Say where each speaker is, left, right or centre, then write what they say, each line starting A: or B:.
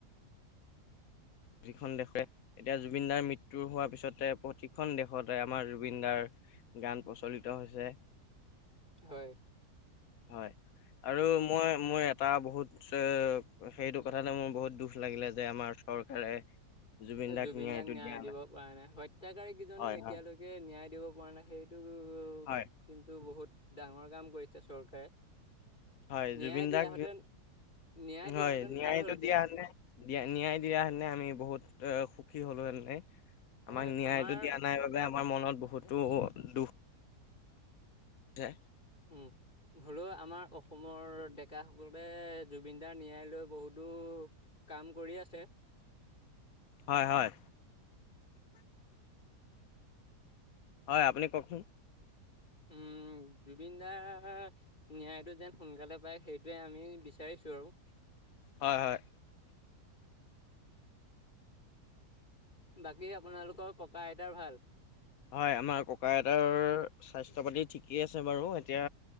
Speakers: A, on the left; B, on the left.
A: প্ৰতিখন দেশে এতিয়া জুবিন দাৰ মৃত্যু হোৱাৰ পিছতে প্ৰতিখন দেশতে আমাৰ জুবিন দাৰ গান প্ৰচলিত হৈছে।
B: হয়।
A: হয়, আৰু মই মই এটা বহুত সেইটো কথালে মোৰ বহুত দুখ লাগিলে যে আমাৰ চৰ কাৰে জুবিন
B: এ
A: দাক ন্যায়টো
B: ন্যায়
A: দিয়া
B: দিব
A: নাই।
B: পৰা নাই, হত্যাকাৰী কেইজনক
A: হয়
B: এতিয়ালৈকে
A: হয়
B: ন্যায় দিব পৰা নাই। সেইটো
A: হয়
B: কিন্তু বহুত ডাঙৰ কাম কৰিছে চৰকাৰে।
A: হয়,
B: ন্যায়
A: জুবিন
B: দিয়াহেঁতেন
A: দাক
B: ন্যায় দিয়াহেঁতেন
A: হয়, ন্যায়টো
B: ভাল হ'লহেঁতেন
A: দিয়া হেঁতেনে। দিয়া ন্যায় দিয়া হেতেনে আমি বহুত সুখী হ'লোহেতেনে।
B: হয়
A: আমাক ন্যায়টো
B: আমাৰ
A: দিয়া নাই বাবে আমাৰ মনত বহুতো দুখ। দে
B: উম। হ'লেও আমাৰ অসমৰ ডেকাসকলে জুবিনদাৰ ন্যায় লৈ বহুতো কাম কৰি আছে।
A: হয়, হয়। হয়, আপুনি কওঁকচোন।
B: উম জুবিন দাৰ ন্যায় টো যেন সোনকালে পায়। সেইটোৱে আমি বিচাৰিছোঁ আৰু
A: হয়, হয়।
B: বাকী আপোনালোকৰ ককাঁ আইতাৰ ভাল।
A: হয়, আমাৰ ককাঁ আইতাৰ স্বাস্থ্য পাতি ঠিকেই আছে বাৰু, এতিয়া